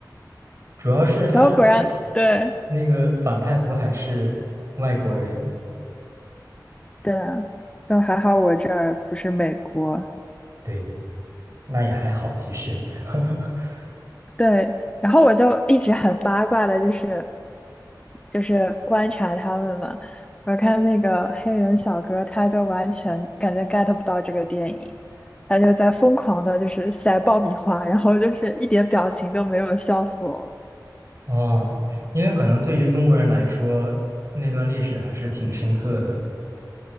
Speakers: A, on the right; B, on the left.
A: 主要是他这个电
B: 然后果然，对
A: 那个反派不还是外国人，
B: 对啊，就还好我这儿不是美国，
A: 对，那也还好其实，<laughs>
B: 对，然后我就一直很八卦的，就是就是观察他们嘛。我看那个黑人小哥，他就完全感觉 get 不到这个电影，他就在疯狂的，就是塞爆米花，然后就是一点表情都没有，笑死我了。
A: 哦，因为可能对于中国人来说，那段历史还是挺深刻的，